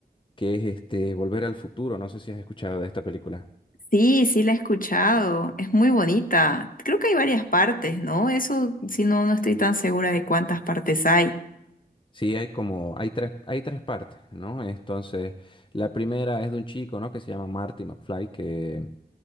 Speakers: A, on the left; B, on the left.
A: que es este Volver al Futuro. No sé si has escuchado de esta película.
B: Sí, sí la he escuchado. Es muy bonita. Creo que hay varias partes, ¿no? Eso, si no, no estoy tan segura de cuántas partes hay.
A: Sí, hay como, hay tres, hay tres partes, ¿no? Entonces, la primera es de un chico, ¿no? Que se llama Marty McFly, que